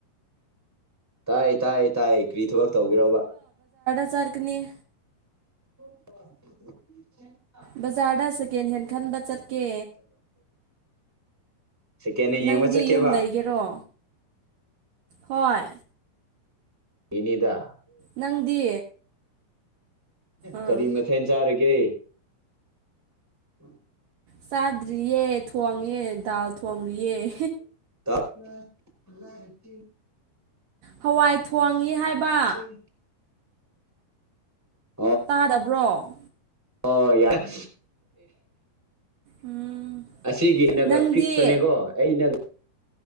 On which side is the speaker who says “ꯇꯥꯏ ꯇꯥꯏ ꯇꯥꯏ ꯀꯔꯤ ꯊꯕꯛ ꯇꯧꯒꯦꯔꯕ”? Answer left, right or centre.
Centre